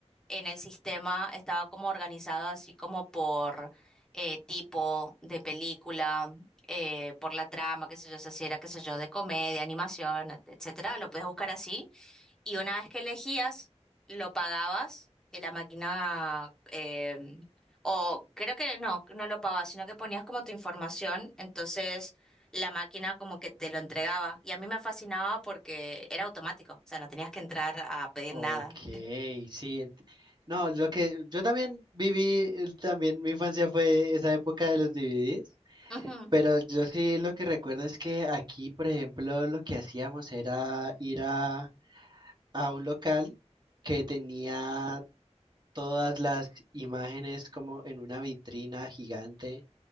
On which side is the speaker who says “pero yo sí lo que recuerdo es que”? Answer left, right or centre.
Right